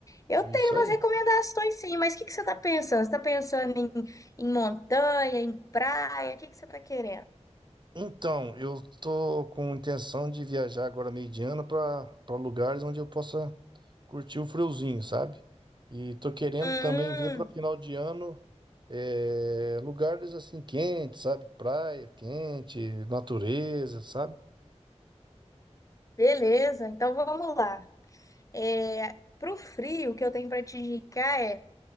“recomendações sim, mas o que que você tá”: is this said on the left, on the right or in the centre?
Left